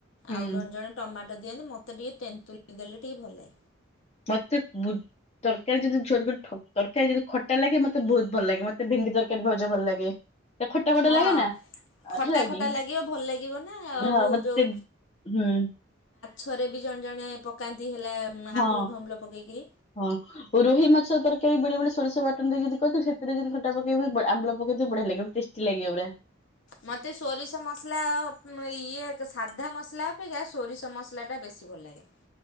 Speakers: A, on the left (about 30°); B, on the left (about 70°).
A: ହୁଁ।
B: ଆଉ ଜଣେ ଜଣେ ଟମାଟ ଦିଅନ୍ତି ମୋତେ ଟିକେ ତେନ୍ତୁଲି ଦେଲେ ଟିକେ ଭଲ ଲେ
A: ମତେ ମୁଁ ତରକାରୀ ଯଦି ଝୋ ତରକାରୀ ଯଦି ଖଟା ଲାଗେ ମତେ ବହୁତ ଭଲ ଲାଗେ ମତେ ଭେଣ୍ଡି ତରକାରୀ ଭଜା ଭଲ ଲାଗେ। ତା ଖଟା ଖଟା
B: ହଁ।
A: ଲାଗେ ନା
B: ଖଟା
A: ହେଲା
B: ଖଟା
A: କି
B: ଲାଗିବ ଭଲ ଲାଗିବ ନା ଆଉ
A: ହଁ ମତେ
B: ଯୋଉ
A: ହୁଁ
B: ଛରେ ବି ଜଣେ ଜଣେ ପକାନ୍ତି। ହେଲା
A: ହଁ
B: ଆମ୍ବୁଲ ଫାମ୍ବୁଲ ପକେଇକିରି।
A: ହଁ ରୋହି ମାଛ ତୋର ବବି ବେଳେ ବେଳେ ସୋରିଷ ବାଟଣ ଦେଇକି ଯଦି କରିଥିବୁ। ସେଥିରେ ଯଦି ଖଟା ପକେଇବ ଆମ୍ବୁଲ ପକେଇଦବୁ ବଢିଆ ଲାଗିବ ଟେଷ୍ଟି ଲାଗିବ ପୁରା।
B: ମତେ ସୋରିଷ ମସଲା ଆଉ ଇଏ ସାଧା ମସଲା ଅପେକ୍ଷା ସୋରିଷ ମସଲା ଟା ବେଶୀ ବେଶୀ ଭଲ ଲାଗେ।